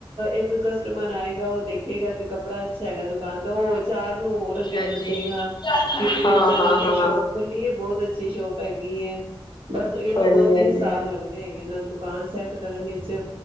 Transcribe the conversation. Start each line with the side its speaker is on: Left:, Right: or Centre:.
Right: ਇੱਕ ਕਸਟਮਰ ਆਏਗਾ ਉਹ ਦੇਖੇਗਾ ਕਿ ਕੱਪੜਾ ਅੱਛਾ ਹੈਗਾ ਤੇ ਉਹ ਚਾਰ ਨੂੰ ਹੋਰ ਅੱਗੇ
Left: ਹਾਂਜੀ
Right: ਦੱਸੇਗਾ ਕਿ ਬਈ
Left: ਹਾਂ
Right: ਉਹਨਾਂ
Left: ਹਾਂ
Right: ਦੀ ਉੱਥੇ
Left: ਹਾਂ
Right: ਸ਼ੋਪ ਖੁੱਲੀ ਏ ਬਹੁਤ ਅੱਛੀ ਸ਼ੋਪ ਹੈਗੀ ਏ। ਤੇ ਬਸ ਉਹ ਹੀ ਨਾ
Left: ਹਾਂਜੀ
Right: ਦੋ ਤਿੰਨ
Left: ਹਾਂਜੀ
Right: ਸਾਲ ਲੱਗਦੇ ਹੈਗੇ ਨਾਂ ਦੁਕਾਨ ਸੈਟ ਕਰਨ ਵਿਚ